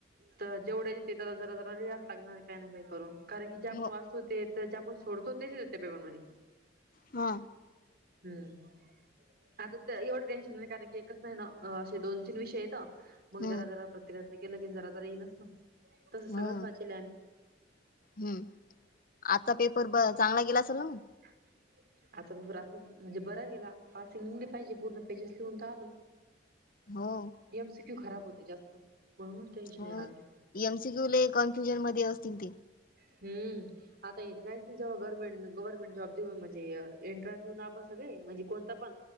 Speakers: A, on the right (about 55°); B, on the left (about 50°).
A: तर जेवढ्या ते जरा जरा लिहास लागणार काही ना काही करून कारण की जे आपण
B: हो
A: वाचतो ते तर जे आपण सोडतो तेच त्या पेपर मध्ये
B: हा
A: हम्म आ ते एवढ श कारण क एकच नाहीे दोन तीन विषय येत मग
B: हम्म
A: जरा ज प्रत्येकातलं केलं की जरा ज येई नसत ना तसं सगळंच
B: हो
A: वाचेल
B: हम्म
A: आम्ही
B: आता पेपर बस चांगला गेलासरला मग
A: ह आा पेपर असं म्हणजे बर गेला पासिंग निघली पाहिजे पूर्ण पेजेस लिहूनता आलू
B: हो
A: ए एमसीप्यू खराब होते जास्त म्हणूनच टेन्शन
B: हो
A: याय लागलं.
B: एमसीक्यूले कॉन्फ्युजन मध्ये असतील ते
A: हम् आता हे तर काहीच नाही जव्हा गव्हर्मेंट गव्हर्में जॉब देऊन म्हणजे एंट्रन्स देऊन आपण सगळे म्हणजे कोणता पण